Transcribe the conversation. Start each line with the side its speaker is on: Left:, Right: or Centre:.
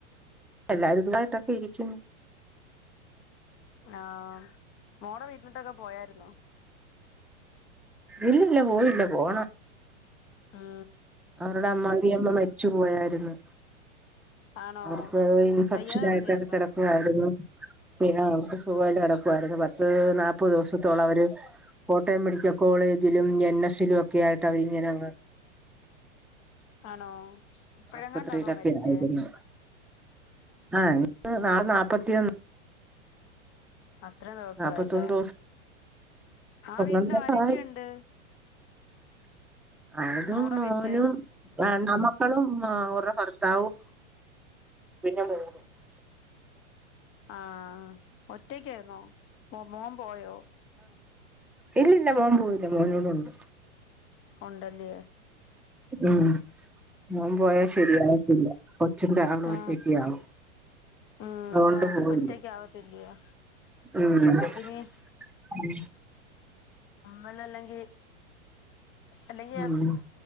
Centre: എല്ലാരും ഇതുയിട്ടൊക്കെ ഇരിക്കുന്നു
Left: ആഹ് മോളെ വീ ട്ടുക്കെ പോയായിരുന്നേ
Centre: ഇല്ല ഇല്ല പോയില്ല പോണം.
Left: മ്
Centre: അവരുടെ അമ്മായിയമ്മ മരിച്ചു പോയായിരുന്നു.
Left: ആണോ
Centre: അവർക്ക് ഇൻഫെക്ഷൻ
Left: വയ്യാതെ കിടന്നായിരുന്നോ
Centre: ആയിട്ട് കിടക്കുവായിരുന്നു പിന്നെ അവർക്ക് സുഖല്ല കടക്കുമായിരുന്നു പത്ത് നാല്പ്ത് ദിവസത്തോളം അവര് കോട്ടയം മെഡിക്കൽ കോളേജിലും എൻ എസിലും ഒക്കെ ആയിട്ട് അവരിങ്ങനെങ്ങ്
Left: ആണോ ഇപ്പഴങ്ങാണ്ടാണോ
Centre: ആശുപത്രിയിലൊക്കെ
Left: മരിച്ചേ?
Centre: ആയിരുന്നു ആ ഇഞ്ഞ് ഇപ്പ നളെ നാപ്പത്തിയൊന്ന്
Left: അത്ര ദിവസ
Centre: നാൽപ്പത്തൊന്ന്
Left: ആയല്ലേ
Centre: ദിവസം
Left: ആ വീട്ടില്
Centre: ഒന്നാം
Left: ആരൊക്കെയുണ്ട്?
Centre: ആയി അതും
Left: മോടെ
Centre: മോനും
Left: വീട്ടില്
Centre: ആ ണ്ടാ ആമക്കളും ഓരുടെ ഭർത്താവും. പിന്നെ <unintelligible>
Left: ആ ഒറ്റയ്ക്കെര്ന്നോ മോൻ പോയോ?
Centre: ഇല്ല ഇല്ല മോൻ പോയില്ല മോന് ഇവിടെ ഉണ്ട്.
Left: ഉണ്ടല്ലയേ
Centre: ഉം മോൻ പോയാ ശരിയാവത്തില്ല <unintelligible> അവിടെ
Left: ആഹ്
Centre: ഒറ്റയ്ക്കാവും.
Left: ഉം
Centre: അതുകൊണ്ട്
Left: അതാ
Centre: പോയില്ല
Left: ഒറ്റക്ക് ആവത്തില്ലയോ
Centre: മ് മ്
Left: അപ്പൊ ഇനി വെള്ളല്ലെങ്കിൽ അല്ലെങ്കി
Centre: ഉം ഉം